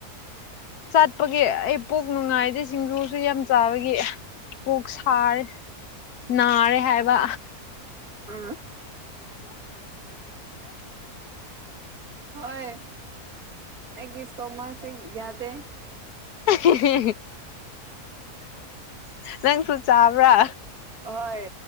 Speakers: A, on the left (about 75°); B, on the right (about 65°).
A: ꯆꯠꯄꯒꯤ ꯑꯩ ꯄꯣꯛ ꯅꯨꯡꯉꯥꯏꯗꯤ ꯁꯤꯡꯖꯨꯁꯨ ꯌꯥꯝ ꯆꯥꯕꯒꯤ ꯑꯣꯣꯛ ꯁꯥꯔꯦ ꯅꯥꯔꯦ ꯍꯥꯏꯕ
B: ꯑ ꯍꯣꯏ ꯑꯦ ꯇꯣꯃꯁꯤ ꯌꯥꯗ
A: <unintelligible> ꯅꯪꯁꯨ ꯆꯥꯕ꯭ꯔꯥ
B: ꯍꯣꯏ